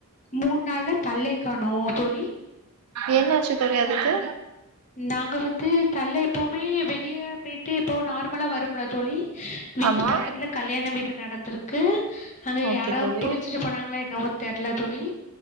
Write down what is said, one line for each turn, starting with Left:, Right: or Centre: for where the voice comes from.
Left: மூண் நாள்லே தள்ளே காணு தோழி
Right: என்னாச்சு தெரியா அதுக்கு
Left: நாங்க வந்து தள்ள எப்பமே வெளியே போய்ட்டு எப்பவு நார்மலா வரும்ல தோழி வீட்டு
Right: ஆமா
Left: பக்கத்துல கல்யாண வீடு நடந்திருக்கு அங்க
Right: ஓகே
Left: யாரோ
Right: தோழி
Left: புடிச்சிட்டு போனாங்களா என்னவோ தெர்ல தோழி